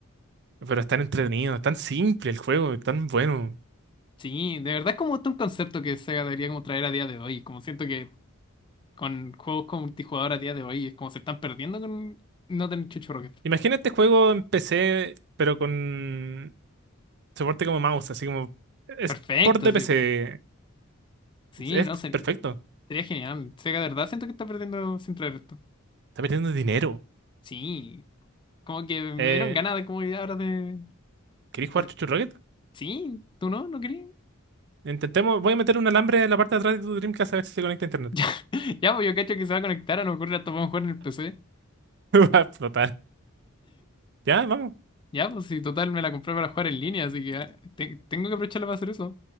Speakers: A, on the right; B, on the left.
A: Pero es tan entretenido, es tan simple el juego, es tan bueno.
B: Sí, de verdad es como un concepto que Sega debería como traer a día de hoy. Como siento que con juegos con multijugador a día de hoy es como se están perdiendo con no tener Chucho Rocket.
A: Imagina este juego en PC, pero con soporte como mouse, así como es
B: Perfecto,
A: port de
B: sí.
A: PC.
B: Sí,
A: Es es
B: no sé.
A: perfecto.
B: Sería genial. O sea, de verdad siento que está perdiendo sin traer esto.
A: Está perdiendo dinero.
B: Sí, como que me
A: Eh,
B: dieron ganas de como ya ahora de...
A: ¿queréis jugar
B: de-
A: Chuchu Rocket?
B: Sí, ¿tú no? ¿No crees?
A: Intentemos, voy a meter un alambre en la parte de atrás de tu Dreamcast a ver si se conecta a internet.
B: <laughs> Ya, ya, pues yo cacho que se va a conectar, a lo mejor hasta podemos jugar en el PC.
A: <laughs> Va a explotar. Ya, vamos.
B: Ya, pues si total me la compré para jugar en línea, así que ah, te- tengo que aprovecharla para hacer eso.